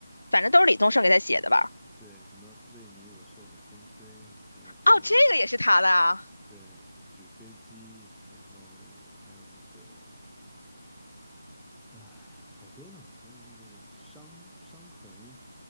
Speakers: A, on the left; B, in the centre.
A: 反正都是李宗盛给他写的吧？
B: 对，什么为你我受冷风吹，还有什么
A: 哦，这个也是他的啊，
B: 对纸飞机，然后还有那个。啊，好多呢，还有那个伤伤痕，